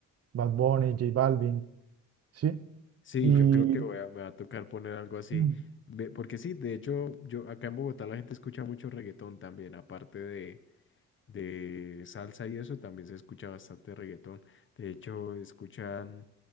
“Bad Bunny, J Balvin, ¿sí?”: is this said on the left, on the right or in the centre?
Right